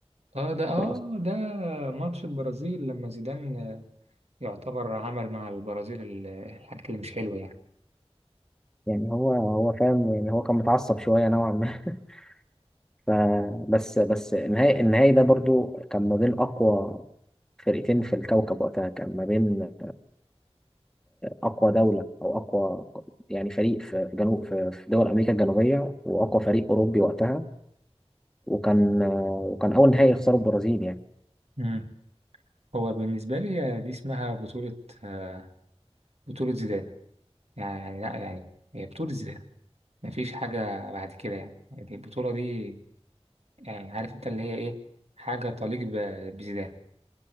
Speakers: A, on the right (about 75°); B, in the centre.
A: اه ده اه
B: فاهم قصدي؟
A: ده ماتش البرازيل لما زيدان آه، يعتبر عمل مع البرازيل ال- الحاجات اللي مش حلوة يعني
B: يعني هو هو فاهم يعني هو كان متعصب شويه نوعا ما <laughs> فبس بس النهائي النهائي ده برضو كان ما بين اقوى فرقتين في الكوكب وقتها كان ما بين اقوى دوله او اقوى يعني فريق في في جنوب في في دول امريكا الجنوبيه واقوى فريق اوروبي وقتها وكان آه، وكان اول نهائي يخسره البرازيل يعني
A: مم. هو بالنسبة لي دي اسمها بطولة آه، بطولة زيدان يعني يعني لا يعني هي بطولة زيدان مفيش حاجة بعد كده يعني يعني البطولة دي يعني عارف انت اللي هي ايه حاجة تليق ب- بزيدان